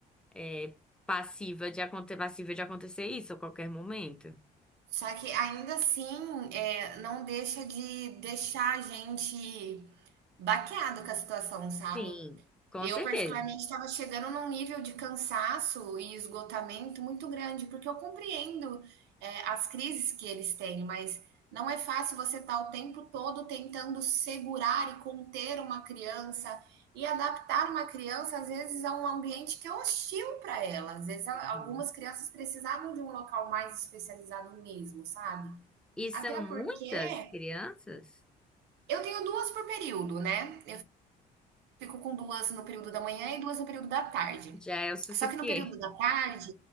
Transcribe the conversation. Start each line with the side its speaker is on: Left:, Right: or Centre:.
Centre: é, passiva de acontecer, passiva de acontecer isso a qualquer momento.
Right: Só que ainda assim, é, não deixa de deixar a gente baqueado com a situação, sabe?
Centre: Sim, com
Right: Eu,
Centre: certeza.
Right: particularmente, estava chegando num nível de cansaço e esgotamento muito grande, porque eu compreendo, eh, as crises que eles têm, mas não é fácil você estar o tempo todo tentando segurar e conter uma criança e adaptar uma criança, às vezes, a um ambiente que é hostil para ela. Às vezes, ela- algumas
Centre: Uhum.
Right: crianças precisavam de um local mais especializado mesmo, sabe?
Centre: E são
Right: Até
Centre: muitas
Right: porque
Centre: crianças?
Right: eu tenho duas por período, né? Fico com 2 no período da manhã e 2 no período da tarde.
Centre: Já é o suficiente.
Right: Só que no período da tarde